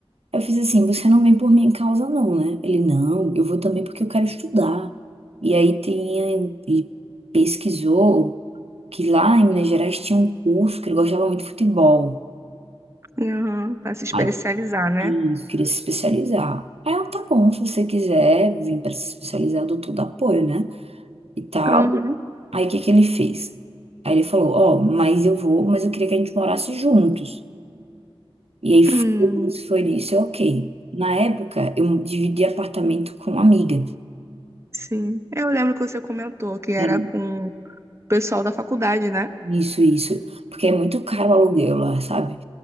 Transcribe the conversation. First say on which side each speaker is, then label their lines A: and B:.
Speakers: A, on the right; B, on the right.
A: Eu fiz assim, você não vem por minha causa não, né? Ele, não, eu vou também porque eu quero estudar. E aí tem, e pesquisou que lá em Minas Gerais tinha um curso que ele gostava muito de futebol.
B: Uhum. Pra se especializar,
A: Aí
B: né?
A: ele queria se especializar. Aí eu, tá bom, se você quiser vir para se especializar, eu dou todo apoio, né? E tal.
B: Uhum.
A: Aí o que que ele fez? Aí ele falou, ó, mas eu vou, mas eu queria que a gente morasse juntos. E aí foi
B: Hum,
A: isso, foi isso, eu, ok. Na época, eu dividi apartamento com uma amiga.
B: sim. Eu lembro que você comentou que era
A: Hum.
B: com o pessoal da faculdade, né?
A: Isso, isso. Porque é muito caro o aluguel lá, sabe?